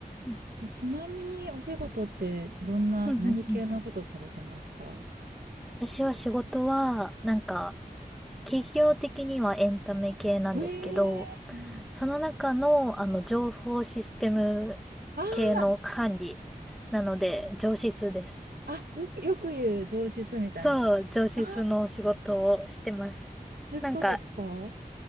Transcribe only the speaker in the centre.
うん、
うん、
うん。うん私は仕事は、なんか、企業的にはエンタメ系なんですけど、
その中の、あの、情報システム系の管理なので、
上司数です。
そう、
上司数の仕事をしてます。
なんか、